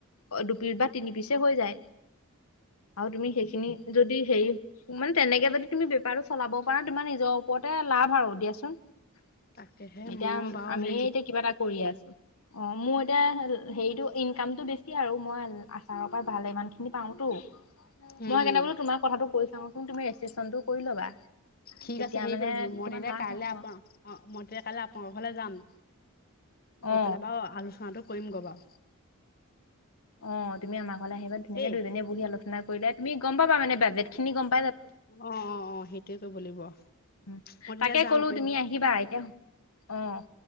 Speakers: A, on the left (about 85°); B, on the left (about 45°).
A: অ', দুপিচ বা তিনি পিচে হৈ যায়। আৰু তুমি সেইখিনি যদি সেই মানে তেনেকে যদি তুমি বেপাৰটো চলাব পাৰা তোমাৰ নিজৰ ওপৰতে লাভ আৰু দিয়াচোন।
B: তাকেহে
A: এতিয়া
B: মই বাৰু
A: আমিয়ে
B: হেৰি
A: এতিয়া কিবা এটা কৰি আছোঁ। অ', মোৰ এতিয়া হেৰিটো ইনকামটো বেছি আৰু মই আচাৰৰ পৰা ভাল ইমানখিনি পাওঁতো। মই
B: উম, উম,
A: কেনে বোলো তোমাৰ কথাটো কৈ চাওঁচোন তুমি ৰেজিষ্টনটো কৰি ল'বা।
B: ঠিক
A: তেতিয়া
B: আছে, হেৰি
A: মানে
B: কৰিম মই
A: তোমাৰ
B: তেতিয়া
A: লাভ
B: কাইলৈ
A: হ'ব
B: আপ অ', মই তেতিয়া কাইলে আপোনাৰ ঘৰলৈ যাম। গৈ
A: অ
B: পেলাই বাৰু আলোচনাটো কৰিম গৈ বাৰু।
A: অ', তুমি ঘৰলৈ আহিবা ধুনীয়াকে
B: দেই
A: দুজনীয়ে বহি আলোচনা কৰিলে তুমি গম পাবা মানে বাজেটখিনি গম পা
B: অ', অ', অ', সেইটোৱে কৰিব লাগিব।
A: উম,
B: মই তেতিয়া
A: তাকে
B: যাম
A: ক'লো
B: আপুনি
A: তুমি আহিবা এতিয়া অ'।